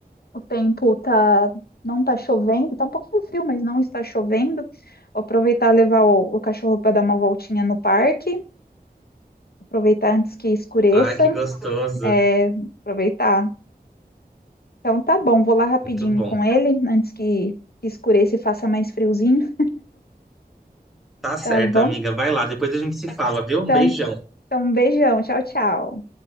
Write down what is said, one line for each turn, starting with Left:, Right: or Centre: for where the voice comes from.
Left: o tempo tá, não tá chovendo, tá um pouquinho frio, mas não está chovendo. Vou aproveitar e levar o, o cachorro para dar uma voltinha no parque, aproveitar antes que escureça.
Centre: Ai, que gostoso.
Left: É, aproveitar. Então tá bom, vou lá rapidinho
Centre: Muito bom.
Left: com ele, antes que escureça e faça mais friozinho,
Centre: Tá certo,
Left: tá bom?
Centre: amiga. Vai lá, depois a gente se fala, viu? Um
Left: Então,
Centre: beijão.
Left: então um beijão, tchau, tchau.